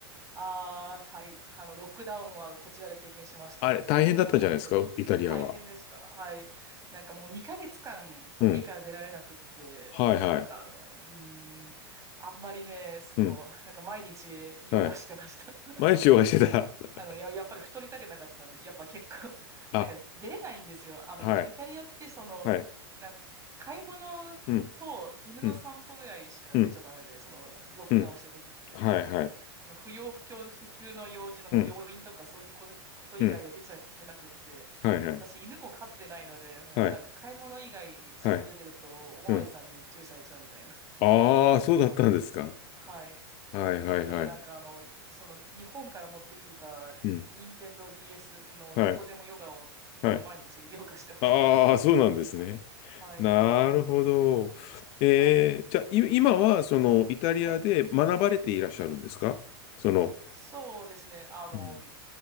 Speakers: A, on the right (about 25°); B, on the left (about 50°).
A: ああ、はい。あの、ロックダウンはこちらで経験しました。
B: あれ、大変だったんじゃないですか、
A: もう本当に、
B: イタリアは。
A: え、大変でした。はい。なんかもう2ヶ月間家から出られなくって、
B: うん。はい、
A: なんか、
B: はい。
A: うん、あんまりね、その、
B: うん。
A: なんか毎日ヨガしてました。
B: はい。毎日ヨガしてた。
A: <laughs> うんあの、
B: <laughs>
A: や、やっぱり太りたくなかったんで、やっぱ結構 <laughs>
B: あ、
A: なんか出れないんですよ。あの、
B: はい、
A: イタ、イタリアって、その、
B: はい。
A: なんか、買い物と犬の散歩ぐらいしか出ちゃダメで、
B: うん、うん、うん、
A: その、ロックダウンしてる時って。
B: うん。はい、はい。
A: あの、不要不急、不急の用事の病院とかそういうとこ、
B: うん、
A: こと以外は出ちゃいけなくって、
B: うん。はい、はい。
A: 私犬も飼ってないので、もうなんか買い物以外外出てると、
B: はい、はい。
A: おまわりさんに注意されちゃうみたいな
B: うん。ああ、
A: 感じで。
B: そうだったんですか。
A: はい。
B: はい、はい、
A: だからなんかあの、
B: はい。
A: その日本から持ってきてた任天堂
B: うん。
A: DS のどこでもヨガをで毎日ヨガしてました。
B: はい、はい。ああ、
A: <laughs>
B: そうなんですね。
A: はい。はい。
B: なるほど。
A: うーん。
B: えー、
A: はい。
B: じゃあ、い今は、その、イタリアで学ばれていらっしゃるんですかその、
A: はい。そうですね。あの、
B: うん。